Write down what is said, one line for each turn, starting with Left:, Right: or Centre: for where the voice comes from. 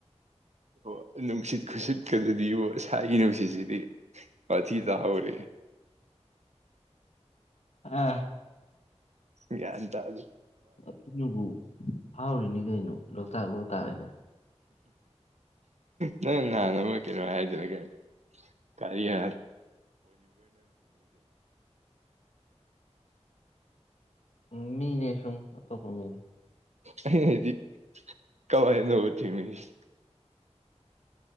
Right: ꯑꯣ ꯅꯨꯡꯁꯤꯠ ꯈꯨꯁꯤꯠꯀꯗꯨꯗꯕꯤꯣ ꯏꯁꯥꯒꯤ ꯅꯨꯡꯁꯤꯠꯁꯤꯗꯤ ꯋꯥꯊꯤ ꯇꯥꯍꯧꯔꯦ꯫
Left: ꯑꯥ
Right: ꯒꯌꯥꯟ ꯇꯗꯦ꯫
Left: ꯑꯗꯨꯅꯕꯨ ꯐꯥꯎꯔꯤꯅꯤ ꯀꯩꯅꯣ ꯂꯣꯛꯇꯥꯛ-ꯂꯣꯛꯇꯥꯛ ꯍꯥꯏꯅ꯫
Right: ꯅꯪ ꯅꯍꯥꯟ ꯑꯃ ꯀꯩꯅꯣ ꯍꯥꯏꯗꯨꯅ ꯀꯩꯅꫭ꯫ ꯀꯔꯤ꯫ <inaudible>
Left: ꯎꯝ ꯃꯤꯅꯦ ꯁꯨꯝ ꯑꯇꫭꯞꯄ ꯃꯤꯅꯤ꯫
Right: ꯑꯩꯅ ꯍꯥꯏꯗꯤ ꯀꯃꯥꯏꯅ ꯅꫭꯕ ꯊꯦꯡꯅꯤꯁꯤ꯫